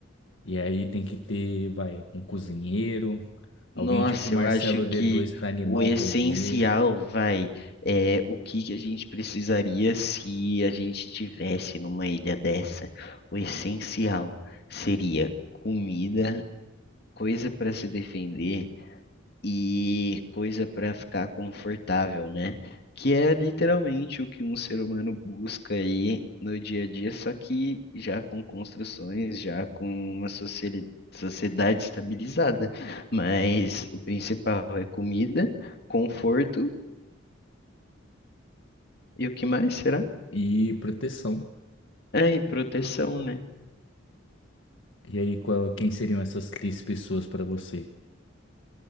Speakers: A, on the left (about 70°); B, on the left (about 55°).
A: E aí tem que ter, vai, um cozinheiro, alguém
B: nossa,
A: tipo Marcelo
B: eu acho que
A: D2 para animar
B: o essencial
A: o rolê
B: vai é o que que a gente precisaria se a gente estivesse numa ilha dessa. O essencial seria comida, coisa para se defender e coisa para ficar confortável, né? Que é literalmente o que um ser humano busca aí no dia a dia, só que já com construções, já com uma sociali- sociedade estabilizada. Mas o principal é comida, conforto e o que mais será?
A: e proteção.
B: É, e proteção, né?
A: E aí, qual- quem seriam essas três pessoas para você?